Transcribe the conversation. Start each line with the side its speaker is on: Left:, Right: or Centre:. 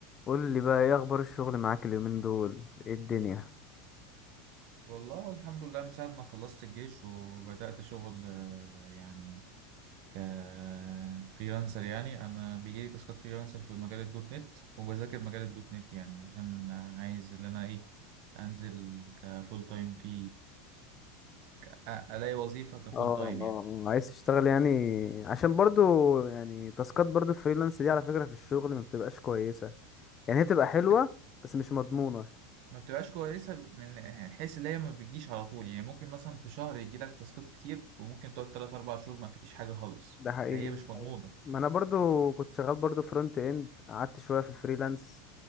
Left: قول لي بقى ايه اخبار الشغل معاك اليومين دول ايه الدنيا
Right: والله الحمد لله من ساعة ما خلصت الجيش وبدأت شغل آه، يعني كفريلانسر يعني أنا بيجيلي تاسكات فريلانسر في مجال الدوت نت وبذاكر مجال الدوت نت يعني عشان عايز إن أنا إيه أنزل كفول تايم في أ- ألاقي وظيفة كفول
Left: اه اه
Right: تايم يعني
Left: آه، عايز تشتغل يعني عشان برضو يعني تاسكات برضو الفريلانس دي على فكرة في الشغل ما بتبقاش كويسة يعني هي بتبقى حلوة
Right: تب-
Left: بس مش مضمونة
Right: ما بتبقاش كويسة من حيث اللي هي ما بتجيش على طول يعني ممكن مثلا في شهر يجيلك تاسكات كتير وممكن تقعد تلات أربع شهور ما فيش حاجة خالص
Left: ده حقيقي
Right: هي مش مضمونة
Left: ما انا برضو كنت شغال برضو فرونت اند قعدت شوية في الفريلانس